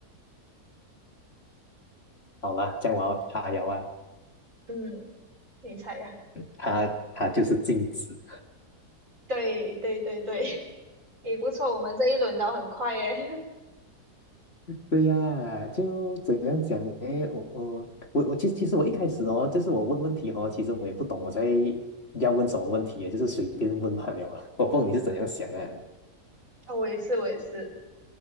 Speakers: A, on the left (about 40°); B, on the right (about 50°).
A: 好啦，这样我要它了啊，
B: 嗯，你猜呀、
A: 它它就是镜子。
B: 对对对对，<laughs> 也不错，我们这一轮聊很快耶，
A: 对呀、就怎样讲呢？我我我我其其实我一开始哦，就是我问问题哦，其实我也不懂我在要问什么问题，就是随便问罢了啊。我不懂你是怎样想啊？
B: <laughs> 啊我也是，我也是。